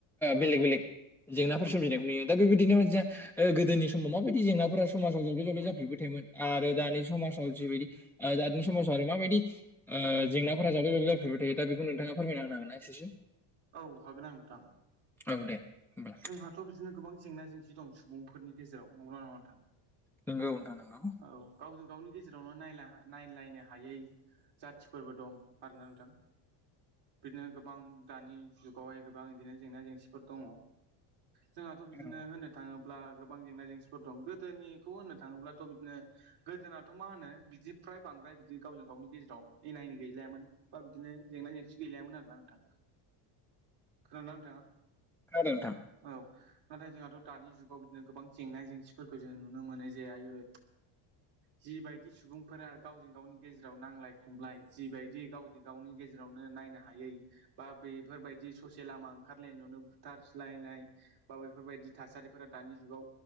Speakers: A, in the centre; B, on the right.
A: बेलेग बेलेग जेंनाफोर सोमजिनायखौ नुयो दा बेबायदिनो माने जा ओ गोदोनि समाव माबायदि जेंनाफोरा समाजाव जब्ले जब्ले जाफिरबाय थोयोमोन आरो दानि समाजाव जिबायदि ओ <unintelligible> <unintelligible> आरो माबायदि ओ जेंनाफोरा जावले जावले जाफेरबाय थायो दा बेखौ नोंथाङा फोरमायना होनो हांगोना एसे सिम
B: औ हागोन आं नोंथां।
A: औ दे होमब्ला
B: जोंहाथ' बिदिनो गोबां जेंना जेंसि दं सुबुंफोरनि गेजेराव नंना नङा नोंथां?
A: नंगौ नोंथां नंगौ।
B: औ गावजों गावनि गेजेरावनो नायलायनो हायै जाथिफोरबो दं आरोना नोंथां। बिदिनो गोबां दानि जुगावहाय गोबां बिदिनो जेंना जेंसिफोर दङ। जोंहाथ' बिदिनो
A: औ
B: होनो थाङोब्ला गोबां जेंना जेंसिफोर दं गोदोनिखौ होननो थाङोब्लाथ' बिदिनो गोदोनाथ' मा होनो बिदि फ्राय बांद्राय बिदि गावजों गावनि गेजेराव एना एनि गैलायामोन। बा बिदिनो जेंना जेंसि गैलायामोन आरोना नोंथां खोनादोंना नोंथाङा?
A: खोनादों नोंथां।
B: औ नाथाय जोंहाथ' दानि जुगाव बिदिनो गोबां जेंना जेंसिफोरखौ जोङो नुनो मोनो जे आयु
A: <inaudible>
B: जिबायदि सुबुंफोरा गावजों गावनि गेजेराव नांलाय खमलाय जिबायदि गावजों गावनि गेजेराव नायनो हायै बा बेफोरबायदि ससे लामा ओंखारलायनायावनो बुथारसलायलनाय बा बेफोरबायदि थासारिफोरा दानि जुगाव